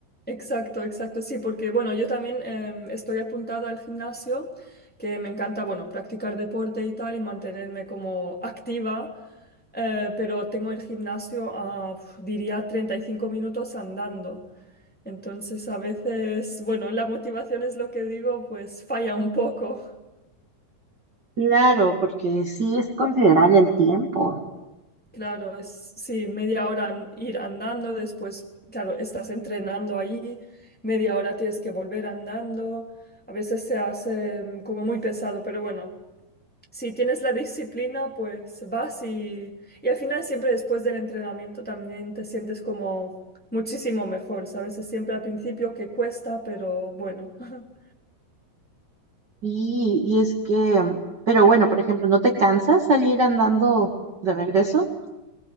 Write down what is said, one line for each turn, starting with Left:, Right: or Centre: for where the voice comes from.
Centre: Exacto, exacto, sí, porque bueno, yo también em, estoy apuntada al gimnasio, que me encanta, bueno, practicar deporte y tal y mantenerme como activa, eh, pero tengo el gimnasio a, uf, diría, 35 minutos andando. Entonces, a veces, bueno, la motivación es lo que digo, pues falla un poco.
Right: Claro, porque sí es considerable el tiempo.
Centre: Claro, es sí, media hora an- ir andando, después, claro, estás entrenando ahí, media hora tienes que volver andando. A veces se hace mm, como muy pesado, pero bueno, si tienes la disciplina, pues vas y, y al final siempre después del entrenamiento también te sientes como muchísimo mejor, ¿sabes? Es siempre al principio que cuesta, pero bueno. <laughs>
Right: Y, y es que, mm, pero bueno, por ejemplo, ¿no te cansas salir andando de regreso?